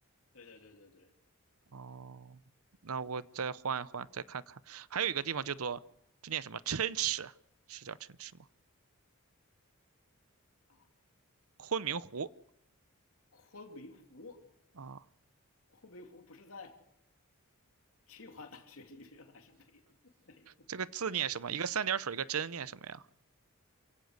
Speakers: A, on the left; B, on the right.
A: 对对对对对
B: 哦，那我再换一换，再看看，还有一个地方叫做这念什么？琛池，是叫琛池吗？
A: 啊，
B: 昆明湖。
A: 昆明湖，
B: 啊，
A: 昆明湖不是在 <laughs> 清华大学里面还是北北？
B: 这个字念什么？一个三点水，一个真，念什么呀？